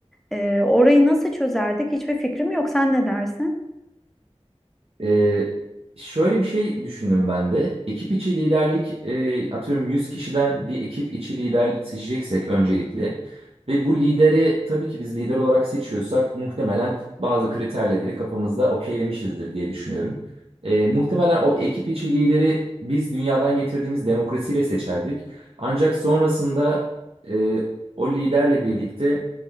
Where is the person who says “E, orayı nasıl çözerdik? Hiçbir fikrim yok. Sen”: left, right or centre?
Centre